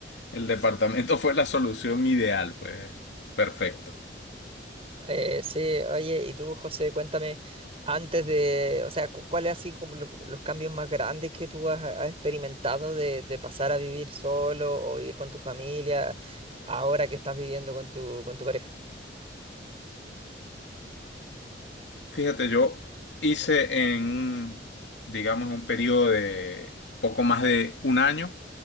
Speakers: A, on the left (about 80°); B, on the right (about 35°).
A: el departamento <laughs> fue la solución ideal, fue perfecto.
B: Eh, sí, oye, y tú, José, cuéntame, antes de, o sea, cu- ¿cuáles han sido como los, los cambios más grandes que tú has, has experimentado de, de pasar a vivir solo o vivir con tu familia ahora que estás viviendo con tu, con tu pareja?
A: Fíjate, yo hice en un, digamos, un periodo de poco más de un año,